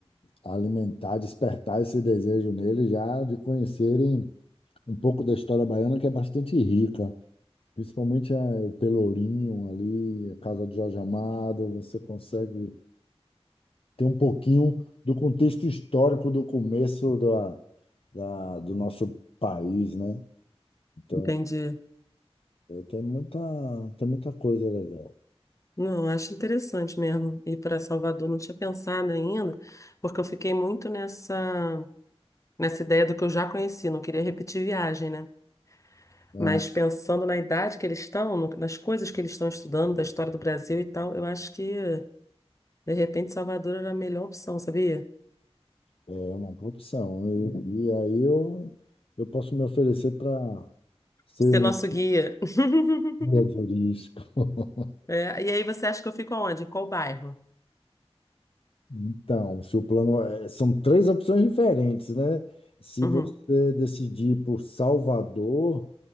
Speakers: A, on the left; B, on the left.
A: alimentar, despertar esse desejo nele já de conhecerem um pouco da história baiana, que é bastante rica. Principalmente eh, o Pelourinho ali, a casa de Jorge Amado, você consegue ter um pouquinho do contexto histórico do começo da, da- do nosso país, né? Então,
B: Entendi.
A: eh, tem muita, tem muita coisa legal.
B: Não, acho interessante mesmo ir para Salvador. Não tinha pensado ainda, porque eu fiquei muito nessa. nessa ideia do que eu já conheci, não queria repetir viagem, né?
A: né?
B: Mas pensando na idade que eles estão, no- nas coisas que eles estão estudando, da história do Brasil e tal, eu acho que, de repente, Salvador era a melhor opção, sabia?
A: É uma opção. E, e aí eu, eu posso me oferecer para ser
B: Ser
A: um.
B: nosso guia. <laughs>
A: Guia turístico. <laughs>
B: É, e aí você acha que eu fico aonde? Em qual bairro?
A: Então, se o plano é- são três opções diferentes, né? Se
B: Uhum,
A: você decidir por Salvador,